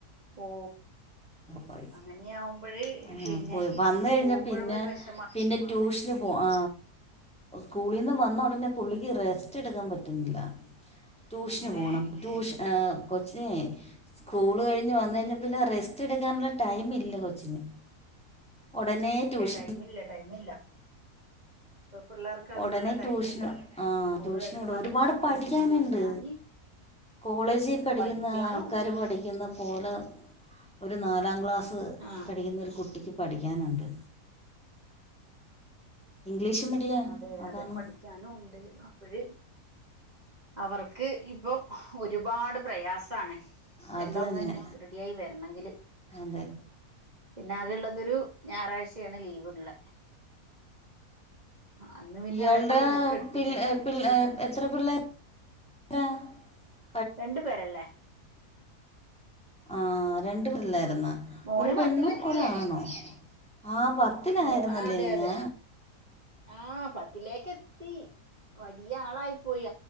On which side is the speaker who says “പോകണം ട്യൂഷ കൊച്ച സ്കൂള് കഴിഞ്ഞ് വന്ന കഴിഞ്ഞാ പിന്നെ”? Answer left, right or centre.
Centre